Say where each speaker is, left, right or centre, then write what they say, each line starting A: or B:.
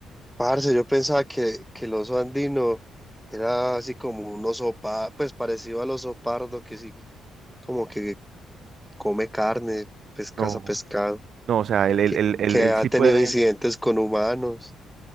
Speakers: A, in the centre; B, on the right.
A: Parce, yo pensaba que, que el oso andino era así como un oso, pa- pues parecido al oso pardo, que sí, como que come carne, pescaza
B: No,
A: pescado,
B: no, o sea, él, él-
A: que,
B: él- él-
A: que
B: él
A: ha
B: sí
A: tenido
B: puede,
A: incidentes con humanos.